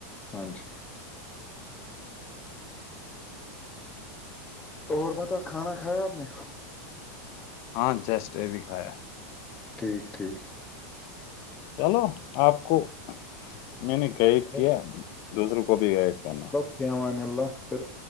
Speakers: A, on the left; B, on the left.
A: ہاں جی اور بتا کھانا کھایا آپ نے
B: ہاں جیسٹ یہ بھی کایا
A: ٹھیک ٹھیک
B: چلو آپ کو میں نے گائڈ
A: چلو
B: کیا دوسروں کو بھی گائڈ کرنا
A: فی امان اللہ پھر